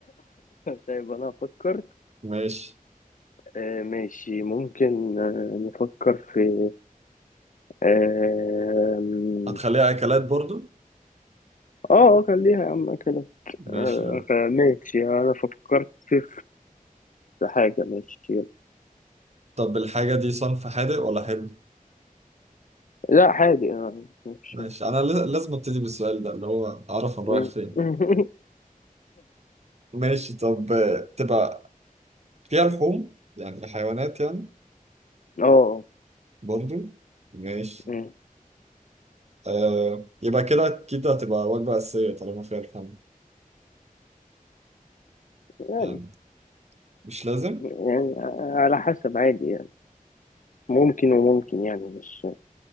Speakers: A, on the left; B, on the right.
A: طيب انا هفكر
B: ماشي
A: آه ماشي ممكن آه نفكر في آم،
B: هتخليها اكلات برضو
A: اه آه، خليها يا عم كده
B: ماشي
A: آه خ- ماشي انا فكرت في في حاجة ماشي يلا.
B: طب الحاجه دي صنف حادق ولا حلو
A: لا حاجة آه، مش
B: ماشي انا لا- لازم ابتدي بالسؤال ده اللي هو اعرف انا
A: م-
B: رايح فين
A: <laughs>
B: ماشي طب آه، تبقى فيها لحوم يعني الحيوانات يعني
A: اه
B: برضو ماشي
A: م-
B: آه يبقى كده أكيد هتبقى وجبة أساسية طالما فيها لحوم
A: يعني
B: يعني مش لازم
A: يعني على حسب عادي يعني ممكن وممكن يعني مش